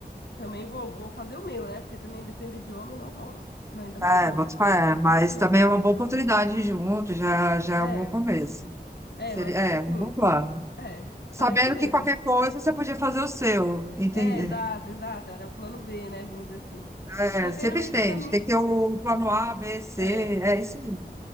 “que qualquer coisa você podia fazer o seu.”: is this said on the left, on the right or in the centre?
Right